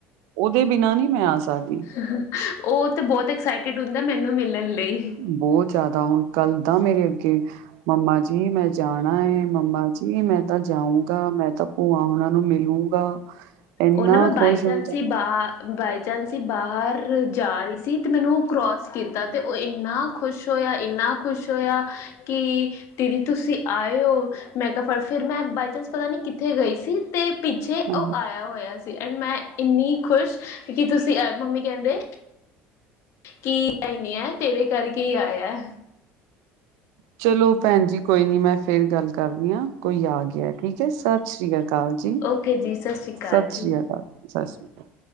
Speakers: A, on the right; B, on the left.
A: ਉਹਦੇ ਬਿਨਾਂ ਨੀ ਮੈਂ ਆ ਸਕਦੀ
B: ਉਹ ਤੇ ਬਹੁਤ ਐਕਸਾਈਟਿਡ ਹੁੰਦਾ ਮੈਨੂੰ ਮਿਲਣ ਲਈ।
A: ਬਹੁਤ ਜ਼ਿਆਦਾ ਹੁਣ ਕੱਲ ਦਾ ਮੇਰੇ ਅੱਗੇ ਮੰਮਾ ਜੀ ਮੈਂ ਜਾਣਾ ਏ ਮੰਮਾ ਜੀ ਮੈਂ ਤਾਂ ਜਾਊਗਾ ਮੈਂ ਤਾਂ ਪੁਆ ਉਨਾਂ ਨੂੰ ਮਿਲੂੰਗਾ। ਇੰਨਾ
B: ਉਹ ਨਾ ਮੈਂ ਬਾਈ
A: ਖੁਸ਼ ਹੁੰਦਾ
B: ਚਾਂਸ ਈ ਬਾਹ, ਬਾਈ ਚਾਂਸ ਇ ਬਾਹਰ ਜਾ ਰਹੀ ਸੀ ਤੇ ਮੈਨੂੰ ਔਹ ਕਰੋਸ ਕੀਤਾ ਤੇ ਉਹ ਇੰਨਾ ਖੁਸ਼ ਹੋਯਾ ਇੰਨਾ ਖੁਸ਼ ਹੋਯਾ ਕਿ ਦੀਦੀ ਤੁਸੀਂ ਆਏ ਔ? ਮੈਂ ਤਾਂ ਪਰ ਫੇਰ ਮੈਂ ਬਾਾਈ ਚਾਂਸ ਪਤਾ ਨੀ ਕਿੱਥੇ ਗਈ ਸੀ। ਅਤੇ ਪਿੱਛੇ
A: ਹਾਂਜੀ
B: ਉਹ ਆਯਾ ਹੋਯਾ ਸੀ ਐਂਡ ਮੈਂ ਇੰਨੀ ਖੁਸ਼ ਕਿ ਤੁਸੀਂ ਮੰਮੀ ਕਹਿੰਦੇ ਕੀ ਏਹ ਨੀ ਹੈ ਤੇਰੇ ਕਰਕੇ ਈ ਆਯਾ।
A: ਚਲੋ ਭੈਣ ਜੀ ਕੋਈ ਨੀ ਮੈਂ ਫੇਰ ਗੱਲ ਕਰਦੀ ਆਂ। ਕੋਈ ਆ ਗਯਾ ਠੀਕ ਹੈ ਸਤਿ ਸ੍ਰੀ ਅਕਾਲ ਜੀ
B: ਓਕੇ ਜੀ ਸਤਿ ਸ਼੍ਰੀ ਅਕਾਲ
A: ਸਤਿ
B: ਜੀ
A: ਸ੍ਰੀ ਅਕਾਲ। <unintelligible>